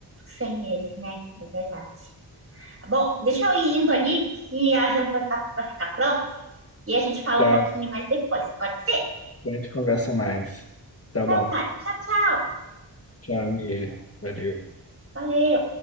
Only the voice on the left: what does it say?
Tá,
a gente conversa mais. Tá
bom.
Tchau, amiga. Valeu.